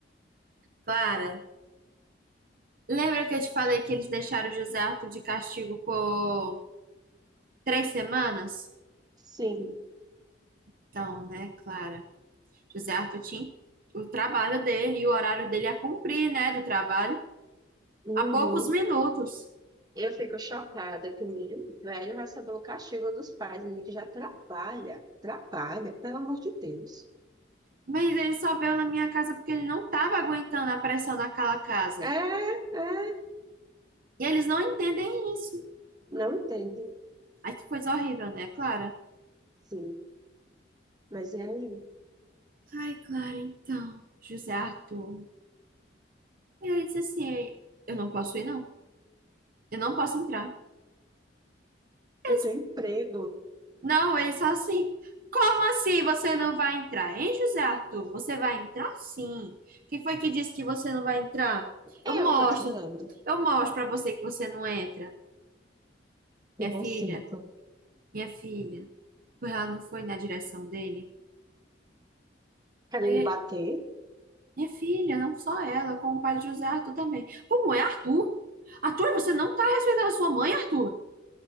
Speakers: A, on the right; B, on the right.
A: Clara. Lembra que eu te falei que eles deixaram o José Arthur de castigo por três semanas?
B: Sim.
A: Então, né, Clara? José Arthur tinha o trabalho dele e o horário dele a cumprir, né, do trabalho,
B: Uhum.
A: há poucos minutos.
B: Eu fico chocada que o menino velho recebeu o castigo dos pais, menino que já trabalha, trabalha, pelo amor de Deus.
A: Mas ele só veio na minha casa porque ele não estava aguentando a pressão daquela casa.
B: É, é,
A: E eles não entendem isso.
B: não entendo.
A: Ai, que coisa horrível, né, Clara?
B: Sim, mas e aí?
A: Ai, Clara, então, José Arthur. Ele disse assim: Eu não posso ir, não. Eu não posso entrar. Ele
B: Eu tenho emprego.
A: Não, ele só assim. Como assim você não vai entrar, hein, José Arthur? Você vai entrar sim. Quem foi que disse que você não vai entrar?
B: Eu
A: Eu mostro.
B: tô dizendo.
A: Eu mostro pra você que você não entra.
B: Pegou
A: Minha filha,
B: o cinto.
A: minha filha. Porque ela não foi na direção dele.
B: Querendo
A: Aí,
B: bater?
A: minha filha, não só ela, como o pai de José Arthur também. Como é, Arthur? Arthur, você não tá respeitando a sua mãe, Arthur.